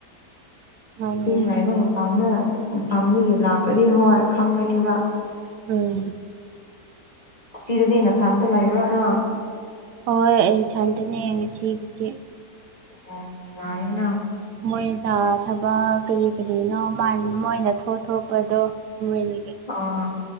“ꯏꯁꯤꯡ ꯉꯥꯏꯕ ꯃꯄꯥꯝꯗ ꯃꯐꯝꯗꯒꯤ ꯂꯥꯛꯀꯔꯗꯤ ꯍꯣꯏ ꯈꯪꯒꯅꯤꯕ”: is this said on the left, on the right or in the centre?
Left